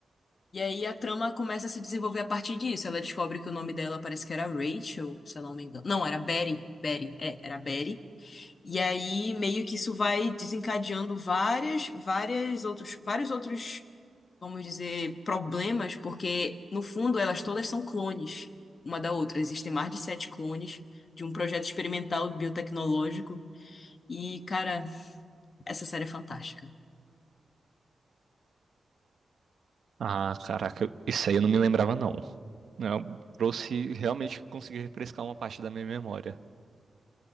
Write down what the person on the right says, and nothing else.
Ah, caraca, eu- isso aí eu não me lembrava não. Eu trouxe, realmente consegui refrescar uma parte da minha memória.